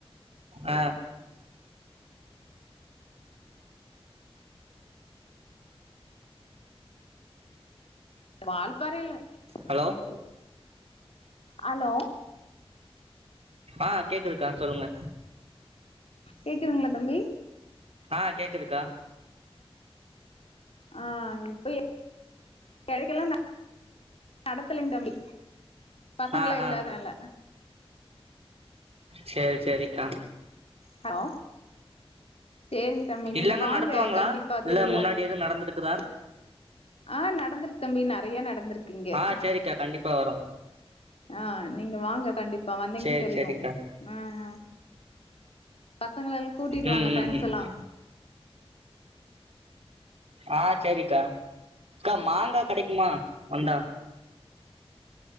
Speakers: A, on the right; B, on the left.
A: அ
B: வால்பறைல
A: ஹலோ
B: அது போச்சு ஹலோ
A: ஆ கேக்குதுக்கா சொல்லுங்க
B: கேக்குதுங்ளா தம்பி
A: ஆ கேக்குதுக்கா
B: ஆ, இப்பயே கெடைக்கலனா நடத்தலங் தம்பி பசங்களா
A: ஆ
B: இல்லாதனால
A: ஆ சேரி சேரிக்கா
B: ஹலோ சேரிங்க தம்பி நீங்க
A: இல்லன்னா
B: வாங்க
A: நடத்துவாங்களா
B: கண்டிப்பா
A: இல்ல
B: திருவிழாக்
A: முன்னாடி எதுவு நடந்துருக்குதா
B: ஆ நடந்திருக்கு தம்பி நறைய நடந்திருக்கு
A: ஆ
B: <unintelligible>
A: சேரிக்கா கண்டிப்பா வரோ
B: ஆ நீங்க வாங்க கண்டிப்பா வந்தீங்கன
A: சேரி
B: தெரியும்
A: சேரிக்கா
B: அ அ பசங்கள எல்லா கூட்டிட்டு
A: ம்
B: வாங்க ஃப்ரெண்ட்ஸ்
A: ம் ம்
B: எல்லா
A: ஆ சரிக்கா க்கா மாங்கா கெடைக்குமா வந்தா